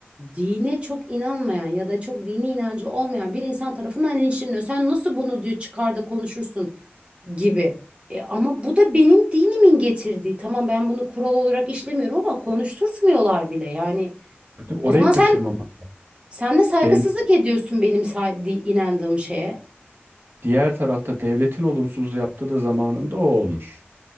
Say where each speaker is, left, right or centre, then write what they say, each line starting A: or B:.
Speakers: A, on the right; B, on the right.
A: dine çok inanmayan ya da çok dini inancı olmayan bir insan tarafından linçleniyor. Sen nasıl bunu diyor çıkar da konuşursun gibi. E, ama bu da benim dinimin getirdiği. Tamam ben bunu kural olarak işlemiyorum ama konuşturtmuyorlar bile. Yani
B: Değil mi?
A: o
B: Orayı
A: zaman
B: kaçırmamak.
A: sen sen de saygısızlık
B: Dev,
A: ediyorsun benim say- di- inandığım şeye.
B: diğer tarafta devletin olumsuz yaptığı da zamanında o olmuş.